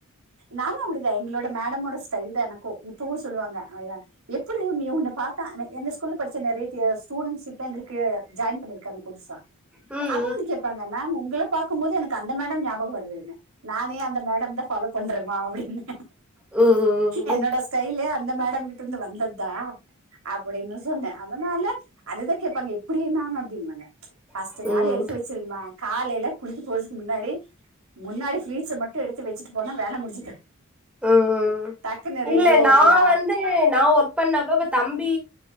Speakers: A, on the right; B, in the centre.
A: நானு அப்டிதா எங்களோட மடமோட ஸ்டைல் தா எனக்கு இப்பவு சொல்லுவாங்க ஆ ய எப்பிட்ரி உன்னிய உன்ன பாத்தா எந்த பொண்ணு படிச்ச மாரி டி ஸ்டூடெண்ட்ஸ் ஷிப்ட்ட எங்களுக்கு ஜாயீன் பண்ணிருக்காங்க புதுசா
B: ம்
A: அது ஒன்னு கேப்பாங்க மம் உங்கள பாக்கும்போது எனக்கு அந்த மேடம் ஞாபகோ வருதுனு நானே அந்த மேடம் தா ஃபாலோப் பண்றமா அப்டின்னு
B: ம்
A: என்னோட
B: ம்
A: ஸ்டைலே அந்த மேடம் கிட்ட இருந்து வந்தத்தா அப்படின்னு சொன்ன அதனால அதுதா கேப்பாங்க எப்படி மேம் அப்டின்ம்பாங்க ஃபஸ்ட்டு
B: ம்
A: நாளு
B: ம்
A: எடுத்து வச்சிருங்குமா காலைல குளிக்க போறதுக்கு முன்னாடி முன்னாடி பீளீட்ச்ச மட் ட்டு எடுத்து வச்சிட்டு போனா வேல முடிஞ்சது
B: ம்
A: டக்குன்னு
B: இல்ல
A: ரெடியாயிட்ல
B: நா வந்து நா ஒர்க் பண்ணப்ப இப்ப தம்பி